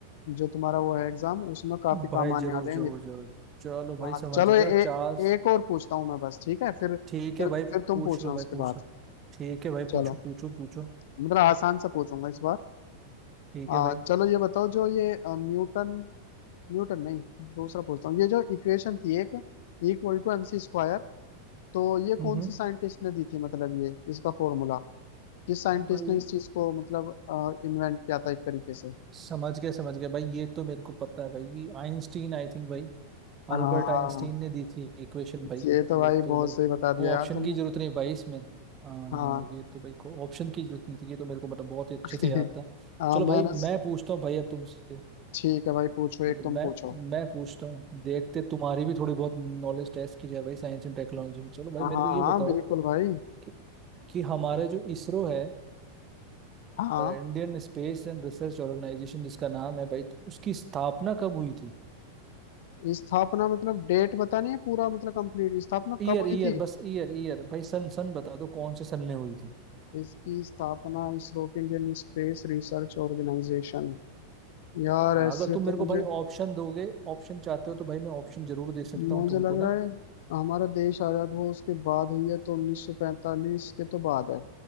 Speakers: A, on the left; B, on the right.
A: जो तुम्हारा वो है एग्जाम उसमें काफी
B: भाई
A: काम आने
B: जरूर
A: वाले
B: जरूर
A: हैं ये
B: जरूर चलो
A: हाँ
B: भाई समझ
A: चलो
B: गया
A: ए,
B: चार्ल्स
A: एक और पूछता हूँ मैं बस ठीक है फिर फिर
B: ठीक है भाई
A: फिर
B: पूछ
A: तुम पूछना
B: लो
A: उसके
B: भाई पूछ
A: बाद
B: लो ठीक है भाई
A: चलो
B: पूछो पूछो पूछो
A: मतलब आसान सा पूछूंगा इस बार
B: ठीक
A: आ,
B: है भाई
A: चलो ये बताओ जो ये अ, न्यूटन न्यूटन नहीं दूसरा पूछता हूँ ये जो इक्वेशन थी एक इक्वल टू एमसी स्क्वायर तो ये
B: हम्म
A: कौन
B: हम्म।
A: से साइंटिस्ट ने दी थी मतलब ये इसका फॉर्मूला किस साइंटिस्ट
B: भाई
A: ने इस चीज को मतलब इन्वेंट किया था एक तरीके से
B: समझ गया समझ गया भाई ये तो मेरे को पता है भाई आइंस्टीन आई थिंक भाई
A: हाँ
B: अल्बर्ट आइंस्टीन ने दी थी इक्वेशन भाई
A: ये तो
B: ये
A: भाई
B: तो
A: बहुत
B: मेरे
A: सही बता दिया
B: को
A: यार
B: ऑप्शन
A: तुमने
B: की जरूरत नहीं भाई इसमें हाँ
A: हाँ
B: ये तो भाई को ऑप्शन की जरूरत नहीं थी ये तो मेरे को मतलब बहुत ही अच्छे
A: <laughs>
B: से याद था
A: हाँ
B: चलो
A: मैंने
B: भाई मैं पूछता हूँ भाई अब तुमसे
A: ठीक है भाई पूछो एक
B: मतलब
A: तुम
B: मैं
A: पूछो
B: मैं पूछता हूँ देखते तुम्हारी भी थोड़ी बहुत नॉलेज टेस्ट की जाए भाई साइंस एंड टेक्नोलॉजी में चलो भाई
A: हाँ
B: मेरे
A: हाँ
B: को ये बताओ
A: हाँ, बिल्कुल भाई
B: कि, कि हमारा जो इसरो है
A: हाँ
B: Indian space and research organisation जिसका नाम है भाई तो उसकी स्थापना कब हुई थी
A: स्थापना मतलब डेट बतानी है पूरा मतलब कंप्लीट स्थापना कब
B: ईयर
A: हुई
B: ईयर
A: थी
B: बस ईयर ईयर भाई सन सन बता दो कौन से सन में हुई थी
A: इसकी स्थापना इसरो के इंडियन स्पेस रिसर्च ऑर्गेनाइजेशन यार
B: हाँ
A: ऐसे
B: अगर तुम मेरे
A: तो
B: को
A: मुझे
B: भाई ऑप्शन दोगे ऑप्शन चाहते हो तो भाई मैं ऑप्शन जरूर दे सकता
A: मुझे
B: हूँ तुमको
A: लग
B: ना
A: रहा है हमारा देश आजाद हुआ उसके बाद हुई है तो 1945 के तो बाद है